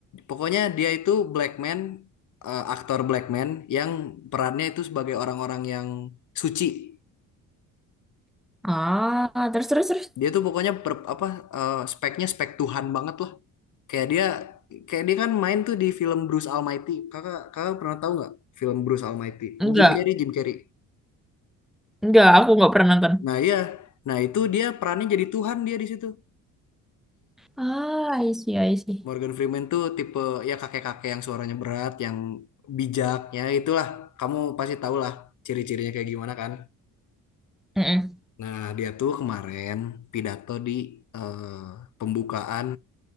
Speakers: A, on the left (about 40°); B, in the centre.
A: Pokoknya dia itu black man, eh, aktor black man yang perannya itu sebagai orang-orang yang suci.
B: Ah, terus terus terus.
A: Dia tuh pokoknya per- apa eh, speknya spek Tuhan banget lah. Kayak dia kayak dia kan main tuh di film Bruce Almighty. Kakak kakak pernah tahu nggak film Bruce Almighty?
B: Enggak,
A: Jim Carrey, Jim Carrey.
B: enggak, aku nggak pernah nonton.
A: Nah iya, nah itu dia perannya jadi Tuhan dia di situ.
B: Ah, I see, I see.
A: Morgan Freeman tuh tipe ya kakek-kakek yang suaranya berat, yang bijaknya itulah. Kamu pasti tahu lah ciri-cirinya kayak gimana kan.
B: Mm-mm.
A: Nah dia tuh kemarin pidato di eh, pembukaan